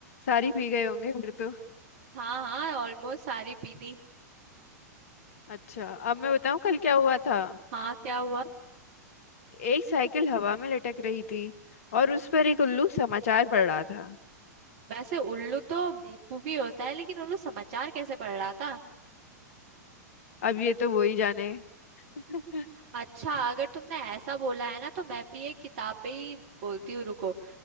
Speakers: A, on the left (about 55°); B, on the right (about 50°).
A: सारी भीग गए होंगे फिर तो
B: हाँ हाँ ऑलमोस्ट सारी पी दी
A: अच्छा अब मैं बताऊं कल क्या हुआ था
B: हाँ क्या हुआ
A: एक साइकिल हवा में लटक रही थी और उस पर एक उल्लू समाचार पढ़ रहा था
B: वैसे उल्लू तो बेवकूफी होता है लेकिन उल्लू समाचार कैसे पढ़ रहा था
A: अब ये तो वही जाने <laughs>
B: अच्छा अगर तुमने ऐसा बोला है ना तो मैं भी एक किताब पे ही बोलती हूँ रुको